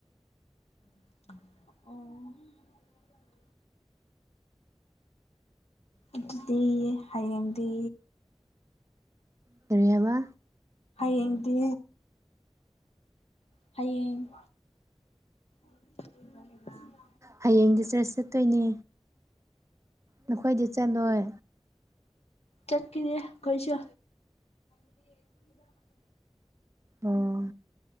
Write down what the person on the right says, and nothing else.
ꯀꯔꯤ ꯍꯥꯏꯕ
ꯍꯌꯦꯡꯗꯤ ꯆ꯭ꯔꯁ ꯆꯠꯇꯣꯏꯅꯦ ꯅꯈꯣꯏꯗꯤ ꯆꯦꯜꯂꯣꯏ
ꯑꯣ